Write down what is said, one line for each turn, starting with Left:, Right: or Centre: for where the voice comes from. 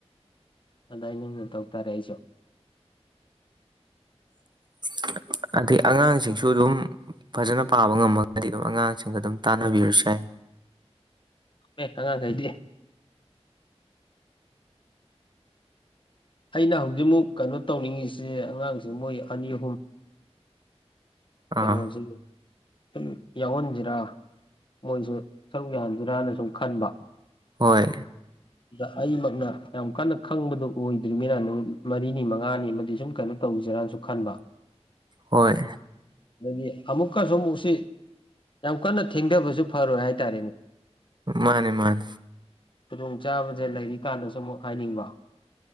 Left: ꯑꯗꯥꯏꯅꯃꯨꯛ ꯇꯧꯇꯥꯔꯦ ꯑꯩꯖꯨ
Right: <inaudible> ꯑꯗꯩ ꯑꯉꯥꯡꯁꯤꯡꯁꯨ ꯑꯗꯨꯝ ꯐꯖꯅ ꯄꯥꯕ ꯉꯝꯃꯒꯗꯤ ꯑꯗꯨꯝ ꯑꯉꯥꯡꯁꯤꯡꯒ ꯑꯗꯨꯝ ꯇꯥꯟꯅꯕꯤꯔꯁꯨ ꯌꯥꯏ
Left: <inaudible> ꯑꯦ ꯑꯉꯥꯡꯒꯩꯗꯤ ꯑꯩꯅ ꯍꯧꯖꯤꯛꯃꯨꯛ ꯀꯩꯅꯣ ꯇꯧꯅꯤꯡꯉꯤꯁꯤ ꯑꯉꯥꯡꯖꯦ ꯃꯣꯏ ꯑꯅꯤ ꯑꯍꯨꯝ
Right: ꯑꯥ
Left: ꯀꯩꯅꯣꯖꯤ ꯁꯨꯝ ꯌꯥꯎꯍꯟꯖꯤꯔ ꯃꯣꯏꯖꯨ ꯁꯔꯨꯛ ꯌꯥꯍꯟꯖꯤꯔꯥꯅ ꯁꯨꯝ ꯈꯟꯕ
Right: ꯍꯣꯏ
Left: ꯑꯗ ꯑꯩꯃꯛꯅ ꯌꯥꯝ ꯀꯟꯅ ꯈꯪꯕꯗꯨ ꯑꯣꯏꯗ꯭ꯔꯤꯃꯤꯅ ꯅꯨꯃꯤꯠ ꯃꯔꯤꯅꯤ ꯃꯉꯥꯅꯤ ꯑꯃꯗꯤ ꯁꯨꯝ ꯀꯩꯅꯣ ꯇꯧ ꯇꯧꯁꯤꯔꯅꯁꯨ ꯈꯟꯕ
Right: ꯍꯣꯏ
Left: ꯑꯗꯒꯤ ꯑꯃꯨꯛꯀꯁꯨ ꯑꯃꯨꯛꯁꯤ ꯌꯥꯝ ꯀꯟꯅ ꯊꯦꯡꯊꯕꯁꯨ ꯐꯔꯣꯏ ꯍꯥꯏꯇꯥꯔꯦꯅꯦ
Right: ꯃꯥꯅꯦ ꯃꯥꯅꯤ
Left: ꯈꯨꯗꯣꯡꯆꯥꯥꯕꯁꯦ ꯂꯩꯔꯤ ꯀꯥꯟꯗꯁꯨ ꯑꯃꯨꯛ ꯍꯥꯏꯅꯤꯡꯕ